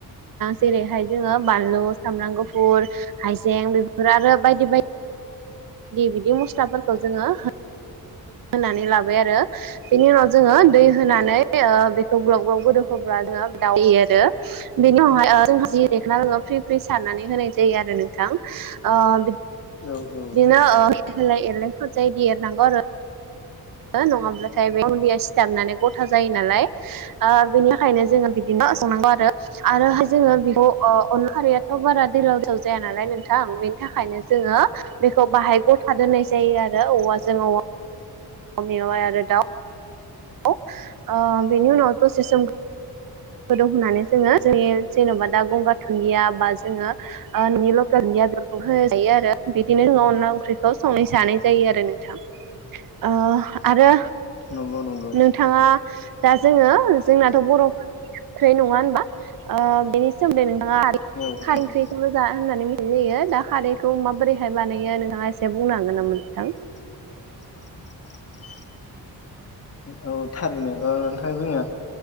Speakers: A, on the right (about 60°); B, on the left (about 40°).
A: जेरैहाय जोङो बानलु सामब्राम गुफुर हाइजें बेफोर आरो बायदि बायदि। बिदि मस्लाफोरखौ जोङो होनानै लाबाय आरो बेनि उनाव जोङो दै होनानै ओ बेखौ ग्लब ग्लब गोदौ होब्ला <unintelligible> आरो बेनि उनावहाय ओ जोंहा जि रेखना जोङो फ्रि फ्रि सारनानै होनाय जायो आरो नोंथां। आं ओ बि
B: औ औ
A: दिनो ओ होलाय <unintelligible> आरो। नङाब्लाथाय बे गुनदैया सिथाबनानै गथा जायो नालाय ओ बेनिखायनो जोङो बिदिनो संनांगौ आरो आरोहाय जोङो बेखौ ओ अनला खारियाथ' बारा दैलाव दैथाव जाया नालाय नोंथां। बेनि थाखायनो जोङो बेखौ बाहाय गथा दोननाय जायो आरो औवाजों औ <unintelligible> औ ओ बेेनि उनाव दसे सोम दं होननानै जोङो ज जेन'बा दा गंगार दुन्दिया बा जोङो न'नि लकेल दुदिया आदरखौ होन जायो आरो बिदिनो न अनला ओंख्रिखौ संनाय जानाय जायो आरो नोंथां ओ आरो
B: नंगौ नंगौ
A: नोंथाङा दा जोङो जोंनाथ' बर'फ थोनाय नङा होनबा बेनि सोमोन्दै नोंथाङा आरो <unintelligible>
B: औ नंगौ
A: खारै ओंख्रिखौल' जा होननानै मिथिनाय जायो दा खारैखौ माबोरैहाय बानायो नोंथाङा एसे बुंनो हागोन नामा? थां।
B: <inaudible> औ थारैनो नोंथां जोङो